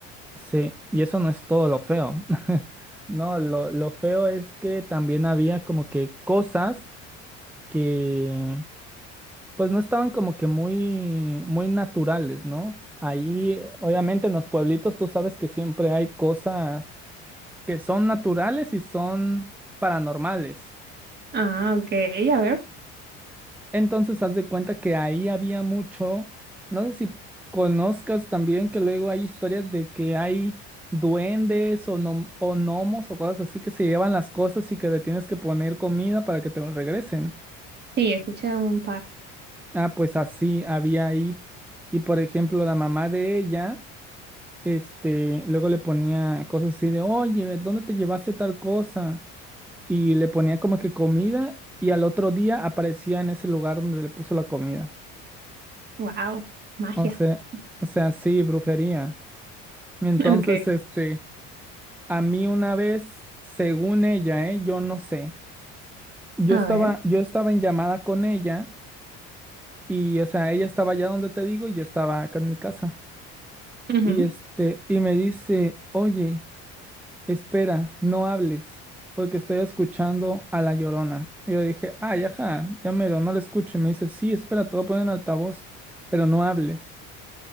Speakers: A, in the centre; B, on the right (about 35°).
A: Sí, y eso no es todo lo feo. <laughs> No, lo, lo feo es que también había como que cosas que pues no estaban como que muy, muy naturales, ¿no? Ahí, obviamente en los pueblitos tú sabes que siempre hay cosas que son naturales y son paranormales.
B: Ah, ok. A ver.
A: Entonces, haz de cuenta que ahí había mucho, no sé si conozcas también que luego hay historias de que hay duendes o, nom- o gnomos o cosas así que se llevan las cosas y que le tienes que poner comida para que te lo regresen.
B: Sí, escuché un par.
A: Ah, pues así había ahí. Y por ejemplo, la mamá de ella, este, luego le ponía cosas así de, oye, ¿dónde te llevaste tal cosa? Y le ponía como que comida y al otro día aparecía en ese lugar donde le puso la comida.
B: Wow. Magia.
A: O sea,
B: <laughs>
A: o sea, sí, brujería. Entonces,
B: Ok.
A: este, a mí una vez, según ella, ¿eh? Yo no sé. Yo
B: A
A: estaba,
B: ver.
A: yo estaba en llamada con ella y, o sea, ella estaba allá donde te digo y yo estaba acá en mi casa.
B: Ujú.
A: Y este, y me dice, oye, espera, no hables, porque estoy escuchando a La Llorona. Y yo dije, ay, ajá, ya mero, no la escucho. Y me dice, sí, espera, te voy a poner en altavoz, pero no hables.